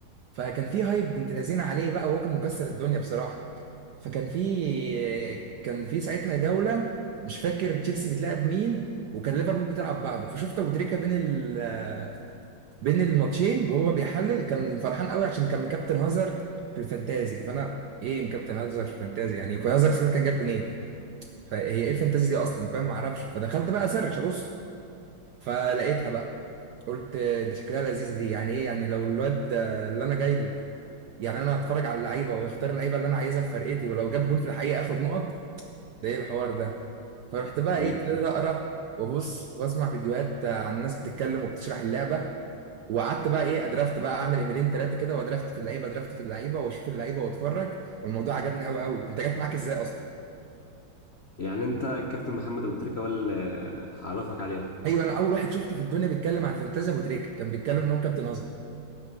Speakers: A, on the right; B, on the left.
A: فكان في هايب بنت لذينه عليه بقى وهو كان مكسر الدنيا بصراحه فكان في كان في ساعتها جولة مش فاكر تشيلسي بتلعب مين وكان ليفربول بتلعب بعضه فشفت ابو تريكة بين ال بين الماتشين وهو بيحلل كان فرحان قوي عشان كان مكابتن هازارد في الفانتازي فانا ايه مكابتن هازارد في الفانتازي يعني يكون هازارد ساعتها كان جاب جونين فهي ايه الفانتازي دي اصلا فاهم ما اعرفش فدخلت بقى اسرش ابص فلقيتها بقى قلت ده شكلها لذيذه دي يعني ايه يعني لو الواد اللي انا جايبه يعني انا هتفرج على اللعيبه واختار اللعيبه اللي انا عايزها في فرقتي ولو جاب جون في الحقيقه اخد نقط ده ايه الحوار ده فرحت بقى
B: امم
A: ايه ابتديت اقرا وابص واسمع فيديوهات آه، عن ناس بتتكلم وبتشرح اللعبه وقعدت بقى ايه ادرافت بقى اعمل ايميلين ثلاثه كده وادرافت في اللعيبه ادرافت في اللعيبه واشوف اللعيبه واتفرج والموضوع عجبني قوي قوي انت جت معاك ازاي اصلا
B: يعني انت الكابتن محمد ابو تريكه ولا هعرفك عليها
A: ايوه انا اول واحد شفته في الدنيا بيتكلم عن فانتازيا ابو تريكه كان بيتكلم ان هو كابتن هزم